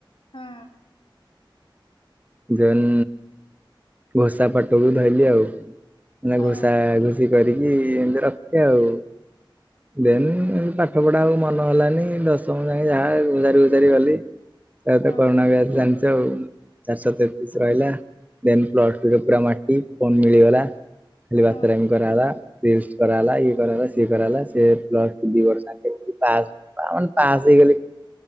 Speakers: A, on the left; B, on the right.
A: ହଁ।
B: ଯେନ୍ ଘୋଷା ପାଠକୁ ଧଇଲି ଆଉ। ମାନେ
A: ହଁ
B: ଘୋଷା ଘୁସି କରିକି ଏମିତି ରଖେ ଆଉ। ଦେନ୍ ଏତି ପାଠ ପଢା ଆଉ ମନ ହେଲାନି। ଦଶମ ଯାକେ ଯାହା ଘୋଷାରି ଘୋଷାରି ଗଲି। ତା
A: ହଁ
B: ତ କରୋନା ବ୍ୟାଚ ଜାଣିଛ ଆଉ। ଚାରିଶହ ତେତିଶ ରହିଲା ଦେନ୍ ପ୍ଲସ ଟୁ ରେ ପୁରା ମାଟି। ଫୋନ୍ ମିଳିଗଲା। ଖାଲି ବାତେରମି
A: ହଁ
B: କରାହେଲା। ଫିଷ୍ଟ କରାହେଲା ଇଏ କରାହେଲା ସିଏ କରାହେଲା। ସେ ପ୍ଲସ ଟୁ ଦି ବର୍ଷ ଯାକ ପାସ୍ ମାନେ ପାସ୍ ହେଇଗଲି।